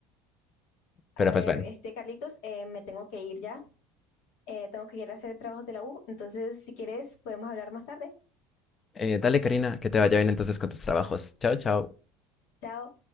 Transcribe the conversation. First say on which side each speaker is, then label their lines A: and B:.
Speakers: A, on the left (about 25°); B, on the left (about 70°).
A: Pero
B: A
A: pues
B: ver,
A: bueno.
B: este, Carlitos, eh, me tengo que ir ya. Eh, tengo que ir a hacer trabajos de la U. Entonces, si quieres, podemos hablar más tarde.
A: Eh, dale, Karina, que te vaya bien entonces con tus trabajos. Chao, chao.
B: chao